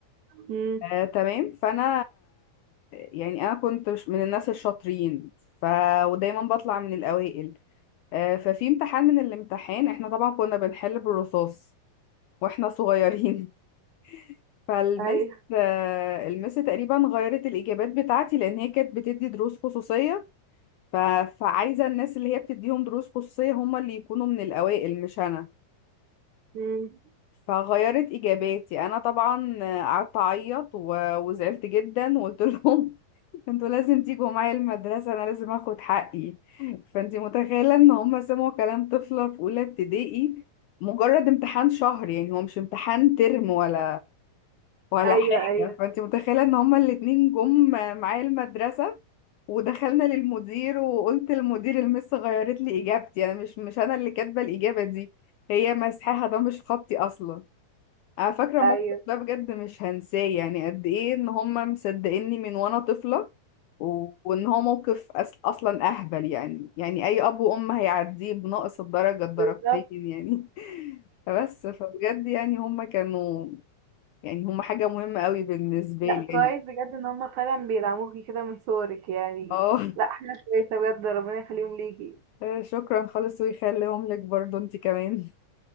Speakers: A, on the right; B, on the left.
A: مم.
B: آه، تمام فانا يعني انا كنت مش من الناس الشاطرين ف ودايما بطلع من الاوائل آه، ففي امتحان من الامتحان احنا طبعا كنا بنحل بالرصاص واحنا صغيرين <laughs> فالمس
A: أيوه
B: آه، المس تقريبا غيرت الاجابات بتاعتي لان هي كانت بتدي دروس خصوصيه ف... فعايزة الناس اللي هي بتديهم دروس خصوصية هم اللي يكونوا من الأوائل مش أنا
A: مم.
B: فغيرت إجاباتي أنا طبعا قعدت أعيط و... وزعلت جدا وقلت لهم <laughs> انتوا لازم تيجوا معايا المدرسة أنا لازم أخد حقي فأنتي متخيلة إن هم سمعوا كلام طفلة في أولى ابتدائي مجرد امتحان شهر يعني هو مش امتحان ترم ولا ولا
A: أيوه
B: حاجة
A: أيوه
B: فأنتي متخيلة إن هما الاتنين جم معايا المدرسة ودخلنا للمدير وقلت للمدير المس غيرت لي اجابتي يعني مش مش انا اللي كاتبه الاجابه دي هي مسحها ده مش خطي اصلا انا فاكره الموقف
A: أيوه
B: ده بجد مش هنساه يعني قد ايه ان هم مصدقيني من وانا طفله و- وان هو موقف أس... اصلا اهبل يعني يعني اي اب وام هيعديه بناقص الدرجه الدرجتين
A: بالظبط
B: يعني <laughs> فبس فبجد يعني هم كانوا يعني هم حاجه مهمه قوي بالنسبه
A: لا
B: لي يعني
A: كويس بجد ان هما فعلا بيدعموكي كده من صورك يعني
B: اه
A: لا حاجة كويسة بجد ربنا يخليهم ليكي
B: <laughs> شكرا خالص ويخليهم لك برضو انت كمان